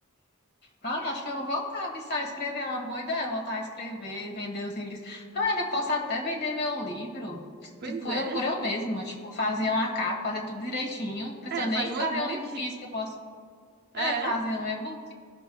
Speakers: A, on the left; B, on the right.
A: Olha, acho que eu vou voltar viu, a escrever, é uma boa ideia, voltar a escrever, vender os livros. Olha, eu posso até vender meu livro,
B: Pois
A: tipo,
B: é.
A: eu por eu mesma, tipo, fazer uma capa, fazer tudo direitinho, não precisa
B: É,
A: nem
B: faz um
A: fazer
B: e-book.
A: um livro físico, eu posso,
B: É,
A: é, fazer um e-book